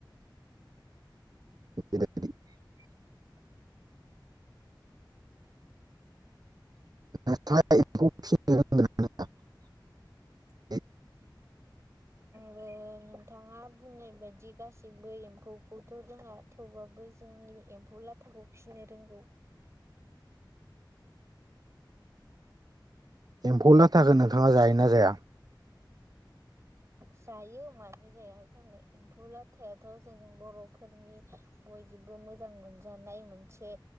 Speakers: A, on the right; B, on the right.
A: <unintelligible> <unintelligible>
B: ओं नोंथाङा बुंनाय बायदि गासैबो एम्फौखौथ' रोङा थेवबो जोंनि एम्फौ लाथाखौ फिसिनो रोंगौ।
A: एम्फौलाथाखो नोंथाङा जायोना जाया?
B: जायो मानो जाया जानो एम्फौ लाथायाथ' जों बर'फोरनि बयजोंबो मोजां मोनजानाय मोनसे